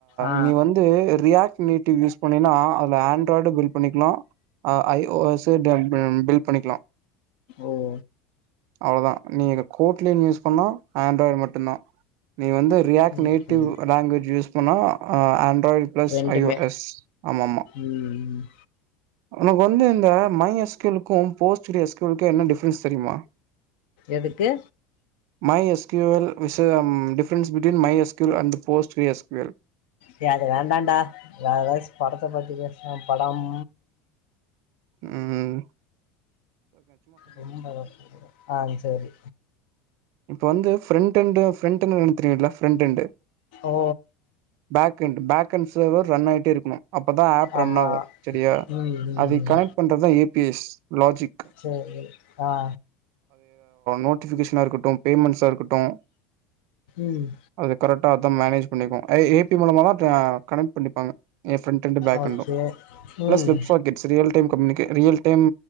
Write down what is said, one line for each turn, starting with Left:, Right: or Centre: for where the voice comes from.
Left: ஆ
Right: நீ வந்து ரியாக் நீட்டு யூஸ் பண்ணினா அதுல ஆண்ட்ராய்டு பில் பண்ணிக்கலாம் ஐ ஓஎஸ்சு <unintelligible> பில் பண்ணிக்கலாம்
Left: ஓஓ
Right: அவ்வளவுதான் நீ அங்க கோட்லியே நியூஸ் பண்ணா ஆண்ட்ராய்டு மட்டும் தான் நீ வந்து ரியாக்னேடிவ்
Left: ஓகே ஓகே
Right: லாங்குவேஜ் யூஸ் பண்ணா ஆண்ட்ராய்டு பிளஸ்
Left: ரெண்டுமே
Right: ஐ ஒஸ் ஆமா மா
Left: ம் ம்
Right: உனக்கு வந்து இந்த மை ஏஸ் க்கும் போஸ்டஸ்கக்கும் என்ன டிஃபரென்ஸ் தெரியுமா <unintelligible>
Left: எதுக்கு
Right: மை எஸ் கியூ எல் விஷயம் difference between My S Q L and Postgres S Q L
Left: ஏ அது வேண்டான்டா வேற ஏதாச்சு படத்த பத்தி பேசுனா படம்
Right: ம்ம்ம்
Left: ரொம்ப யோசிச்சுட்டு இருக்கற ஆஹ் சரி
Right: இப்ப வந்து ஃபிரெண்டெண்டு ஃபிரெண்ட்னு தெரியூம்ல ஃபிரெண்டெண்டு
Left: ஓ
Right: back end back end server run ஆகிட்டே இருக்கணும் அப்பதான் ஆப் ரன்
Left: ஆமா
Right: ஆகும் சரியா
Left: ம் ம்
Right: அதை
Left: ம்
Right: கனெக்ட் பண்றது ஏபிஎஸ் லாஜிக்
Left: சரி ஆ
Right: நோட்டிஃபிகேஷனா இருக்கட்டும் அப்பறம் பேமெண்ட்ஸா இருக்கட்டும்
Left: ம்
Right: அது கரெக்டா அதே மேனேஜ் பண்ணிக்கும் அ ஏ பி மூலமா தான் கனெக்ட் பண்ணிப்பாங்க ஃபிரெண்டெண்டு ம் பேக்எண்டும்
Left: ஓகே. ம்.
Right: ப்ளஸ் Websocket time கம்யூனிகே real time